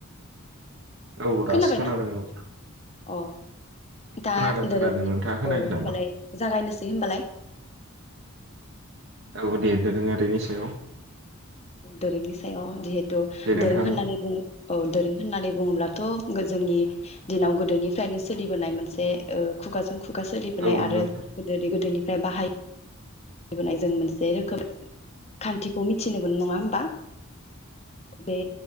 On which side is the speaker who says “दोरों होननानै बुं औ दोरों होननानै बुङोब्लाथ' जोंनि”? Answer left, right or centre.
Left